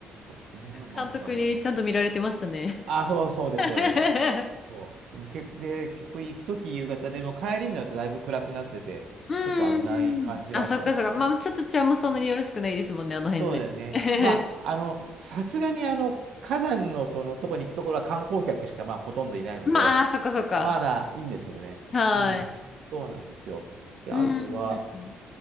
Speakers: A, on the right; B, on the left.
A: そそんなのもあったな。
B: 監督にちゃんと見られてましたね。
A: あ、そうそうです、
B: <laughs>
A: そうです、そうです。そうでもけ、で、結構行くとき夕方でも帰りになるとだいぶ暗くなってて、
B: うんうんうん。
A: ちょっと危ない感じはあったんだけど。
B: <laughs> あ、そっかそっか。まあちょっと治安もそんなによろしくないですもんね、あの辺ね。
A: そうだよね。
B: <laughs>
A: まあ、あの、さすがにあの、火山のそのとこに行くところは観光客しかまあほとんどいないので、
B: まあ、そっかそっか。
A: まだいいんですけどね。
B: はい。
A: うん。そうなんですよ。で、
B: うんうんうん。
A: あとは、